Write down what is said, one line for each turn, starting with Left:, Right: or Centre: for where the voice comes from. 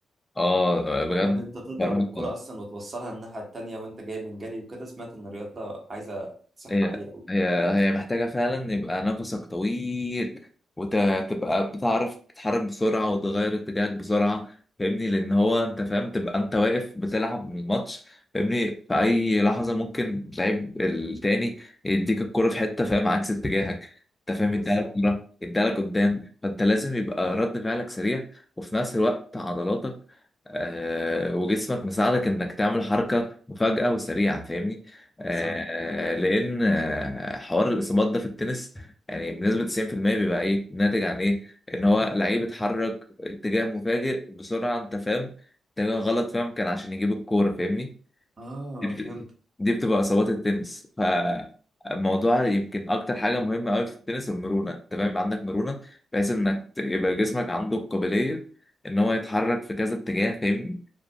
Left: اه آه، بجد
Right: ان انت تضرب
Left: فرهدة
Right: الكرة اصلا وتوصلها الناحية التانية وانت جاي من جري وكده سمعت ان الرياضة عايزة صحة
Left: هي
Right: عالية قوي
Left: هي هي محتاجة فعلا يبقى نفسك طويل وتبقى بتعرف تتحرك بسرعة وتغير اتجاهك بسرعة فاهمني لأن هو أنت فاهم تبقى أنت واقف بتلعب من الماتش فاهمني في أي لحظة ممكن اللعيب التاني يديك الكرة في حتة فاهم عكس اتجاهك أنت فاهم
Right: بالظبط
Left: يديها لك كورة يديها لك قدام فأنت لازم يبقى رد فعلك سريع وفي نفس الوقت عضلاتك آه، وجسمك مساعدك إنك تعمل حركة مفاجئة وسريعة فاهمني آه،
Right: بالظبط
Left: لان آه، حوار الاصابات ده في التنس يعني بنسبه 90% بيبقى ايه ناتج عن ايه ان هو لعيب اتحرك اتجاه مفاجئ بسرعه انت فاهم اتجاه غلط فاهم كان عشان يجيب الكوره فاهمني
Right: اه
Left: دي بت-
Right: فهمت
Left: دي بتبقى اصابات التنس فالموضوع يمكن اكتر حاجه مهمه قوي في التنس المرونه انت فاهم يبقى عندك مرونه بحيث انك ت- يبقى جسمك عنده القابليه ان هو يتحرك في كذا اتجاه فاهمني